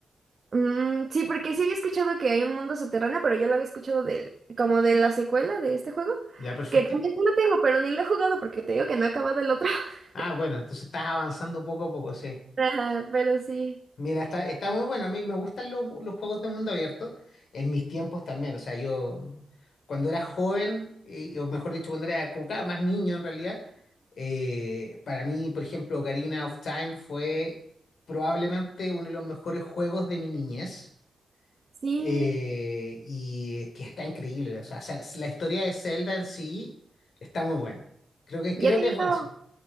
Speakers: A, on the right (about 35°); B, on the left (about 60°).
A: Mm, sí, porque sí había escuchado que hay un mundo subterráneo, pero yo lo había escuchado del, como de la secuela de este juego,
B: Ya, perfecto.
A: que también lo tengo, pero ni lo he jugado porque te digo que no ha acabado el otro. <laughs>
B: Ah, bueno, entonces estás avanzando poco a poco, sí.
A: Ajá, pero sí,
B: Mira, está, está muy bueno. A mí me gustan los, los juegos de mundo abierto en mis tiempos también. O sea, yo cuando era joven, eh, o mejor dicho, cuando era como cada más niño en realidad, eh, para mí, por ejemplo, Ocarina of Time fue probablemente uno de los mejores juegos de mi niñez.
A: sí.
B: eh, y que está increíble. O sea, o sea, la historia de Zelda en sí está muy buena. Creo que,
A: Y
B: creo
A: ha tenido,
B: que es buenísima.